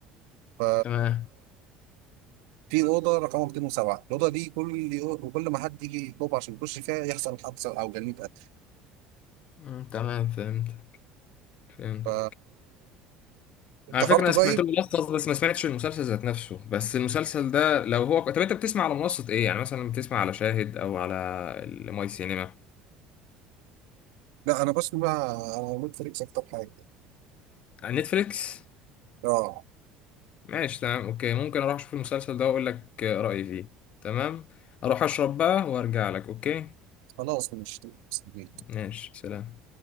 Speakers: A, on the right; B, on the left.
A: ف
B: تمام
A: في اوضه رقم 207 الاوضه دي كل يوم وكل ما حد يجي يطلب عشان يخش فيها يحصل حادثه او جريمه قتل
B: مم. تمام فهمت فهمت
A: ف افتكرته
B: على فكرة أنا سمعت
A: طيب
B: له ملخص بس ما سمعتش المسلسل ذات نفسه بس المسلسل ده لو هو طب أنت بتسمع على منصة إيه؟ يعني مثلا بتسمع على شاهد أو على الماي سينما
A: لا انا بسمع على نتفليكس اكتر حاجه
B: على نتفليكس؟
A: اه
B: ماشي تمام أوكي ممكن أروح أشوف المسلسل ده وأقول لك رأيي فيه تمام؟ أروح أشرب بقى وأرجع لك أوكي؟
A: خلاص مش مستني.
B: ماشي سلام